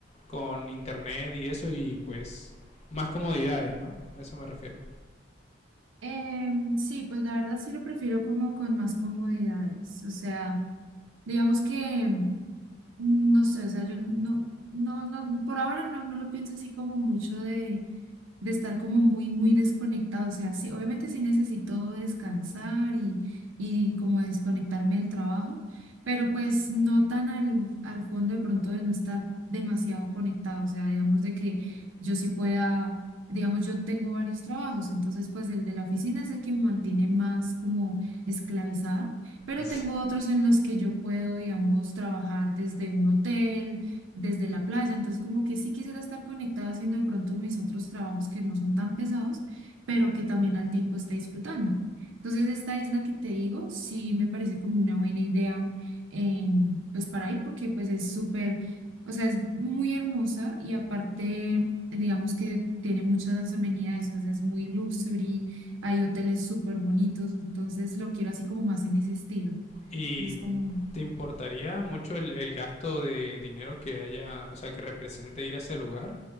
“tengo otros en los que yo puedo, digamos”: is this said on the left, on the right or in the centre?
Right